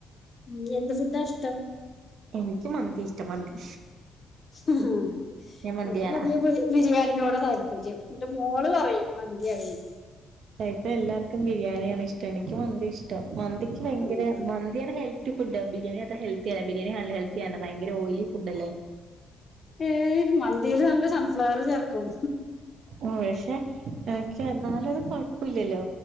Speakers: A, on the left; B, on the right.
A: ഉം എന്ത് ഫുഡാ ഇഷ്ടം?
B: എനിക്ക് മന്തി ഇഷ്ട മന്തി
A: ആഹ്
B: ഞാൻ മന്തിയാളാ
A: ഇനിക്ക് പൊതുവേ ബിരിയാണി നോട താല്പര്യം ന്റെ മോള് പറയും മന് എനിക്ക് അറിയില്ല
B: അ ഇപ്പം എല്ലാർക്കും ബിരിയാണിയാണ് ഇഷ്ടം എനിക്ക് മന്തി ഇഷ്ടം മന്തിക്ക് ഭയങ്കര
A: ഉം,
B: മന്തിയാണ് ഹെൽ ത്തി ഫുഡ് ബിരിയാണി അത്ര ഹെൽത്തിയല്ല ബരിയാണി അണ് ഹെ ൽത്തി ആണ് ഭയങ്കര ഓയിലി ഫുഡല്ലേ
A: ഏ മന്തില് നല്ല സൺഫ്ലവർ ചേർക്കും
B: ഉം പക്ഷെ എന്നാലു അത് കൊഴപ്പുല്ലല്ലോ